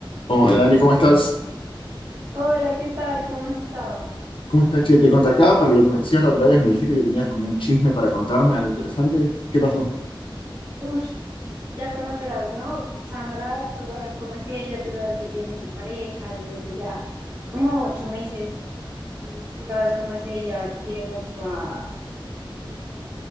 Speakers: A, on the left; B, on the right.
A: Hola Dani, ¿cómo estás?
B: Hola, ¿qué tal? ¿Cómo has estado?
A: ¿Cómo estás, che? Te contactaba para lo que me decías la otra vez, me dijiste que tenías como un chisme para contarme, algo interesante. ¿Qué pasó?
B: Ush, ya conocerás, ¿no? Sandra, tú sabes cómo es ella, tú sabes que tiene su pareja desde hace ya como ocho meses. Tú sabes cómo es ella, quiere mucho a Chico.